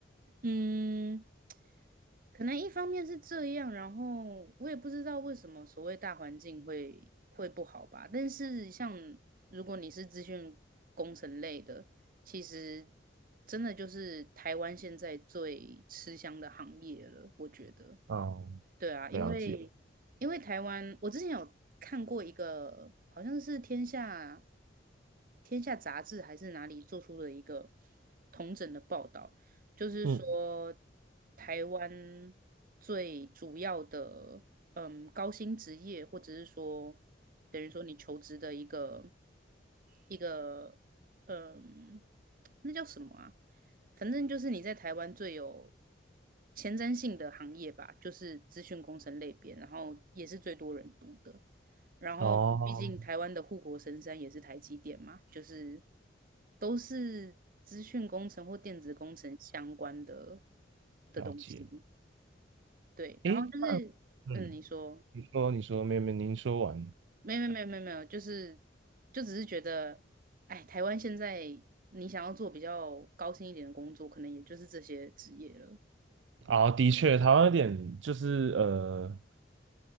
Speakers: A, on the right (about 50°); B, on the right (about 75°).
A: 嗯，可能一方面是这样，然后我也不知道为什么所谓大环境会会不好吧。但是像如果你是资讯工程类的，其实真的就是台湾现在最吃香的行业了，我觉得。
B: 哦，
A: 对啊，
B: 了解了，
A: 因为因为台湾，我之前有看过一个，好像是天下天下杂志还是哪里做出的一个统整的报道，就是说
B: 嗯，
A: 台湾最主要的嗯高薪职业，或者是说等于说你求职的一个一个嗯那叫什么啊？反正就是你在台湾最有前瞻性的行业吧，就是资讯工程类别，然后也是最多人读的。然后，
B: 哦，
A: 毕竟台湾的护国神山也是台积电嘛，就是都是资讯工程或电子工程相关的的东西。
B: 了解，
A: 对，然后就是，
B: 诶，嗯，
A: 嗯，你说，
B: 你说你说，没有没有，您说完。
A: 没有没有没有没有，就是就只是觉得，哎，台湾现在你想要做比较高薪一点的工作，可能也就是这些职业了。
B: 啊，的确，台湾有点就是呃，